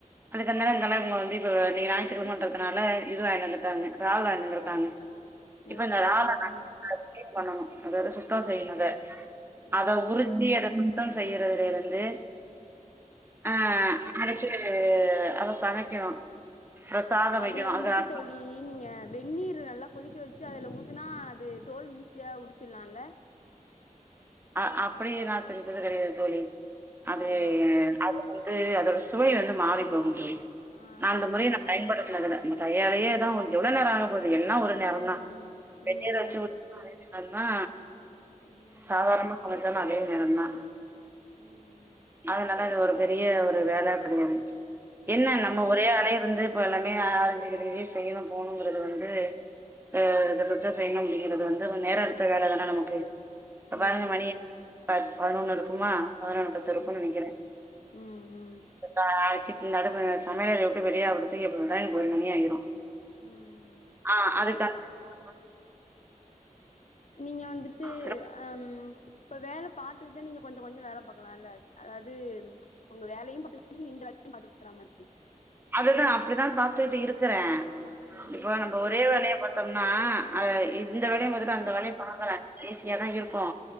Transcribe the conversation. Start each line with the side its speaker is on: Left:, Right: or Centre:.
Right: அதுக்கு அந்த அண்ணா இந்த மாரி இப்ப வந்து இன்னைக்கு நாயிற்றுக் கிழமன்றதுனால இது வாங்கிட்டு வந்து காங்க ரால் வாங்கிட்டு வந்திருக்காங்க இப்ப
Left: அப்டியா
Right: இந்த ரால
Left: ம்
Right: கிளீன் பண்ணனு அதோட சுத்தோ செய்யனு அத
Left: ஆமா
Right: அத உருச்சு
Left: ம்
Right: அத சு த்தம் செய்யறதுலயிருந்து ஆ அரச்சு அத சமைக்கணு அப்றோ சாதோ
Left: அதுல
Right: வைக்கணு
Left: வந்துட்டு
Right: அது ரசோ
Left: தோழி ழி நீங்க வெந்நீர் நல்லா கொதிக்க வச்சு அதுல ஊத்துனா அது தோல் ஈஸியா உறுச்சற்லால்ல
Right: அ அப்டி நா செஞ்சது கெடையாது தோழி அது
Left: ஆ
Right: அது வந்து அதோட சுவை வந்து மாறி போகு தோழி
Left: ஆ
Right: அந்த முறைய நா பயன்படுத்னது இல்ல நம்ம கையாலேயே தா கொஞ்சோ எவ்ளோ நேரோ ஆகப் போது எல்லா ஒரு நேரந்
Left: ம்
Right: தா வெந்நீர்
Left: ம்
Right: வச்சு ஊத்து அதை நேரந் தா
Left: ம் ம்
Right: சாதாரணமா சமைச்சாலு அதே நேரந் தா
Left: ம் ம்
Right: அதுனால அது ஒரு பெரிய ஒரு வேல கெடையாது என்ன
Left: ம்
Right: நம்ம ஒரே ஆளே இருந்து இப்ப எல்லாமே அலஞ்சுகிட்ருக்கு செய்யணு போகணுங்கறது வந்து ஆ இத சுத்தோ செய்யணு அப்டிங்கிறது வந்து கொஞ்சோ நேர எடுத்த வேலதான நமக்கு இப்ப பாருங்க
Left: ஆமா
Right: மணிய பத் பதனொன்னு இருக்குமா பதனொன்னு பத்து
Left: ம்
Right: இருக்கு குனு நெனைக்குறே
Left: ம் ம்
Right: அ ஆக்கிட்டு நடும சமையலறைய விட்டு வெளியாவறதுக்கு எப்டி பாத்தாலு எனக்கு ஒரு மணி ஆயிரு
Left: ம்
Right: ஆ அதுக்காகதாங்
Left: நீங்க வந்துட்டு
Right: திரும்ப
Left: அம் இப்ப வேல பாத்துக்கிட்டே நீங்க கொஞ்சோ கொஞ்சோ வேல பாக்கலால்ல அதாவது உங்க வேலயு பாத்துட்டு நீ இந்த வேலயு பாத்துக்கற மாரி
Right: அதுதா அப்டிதா பாத்துக்கிட்டு இருக்கிறே
Left: ம்
Right: இப்போ
Left: ம்
Right: நம்போ ஒரே வேலய பாத் பண்ணா அ இந்த வேலயு பாத்துட்டு அந்த
Left: ம்
Right: வேலயு பாக்கலா ஈஸியா தா இருக்கு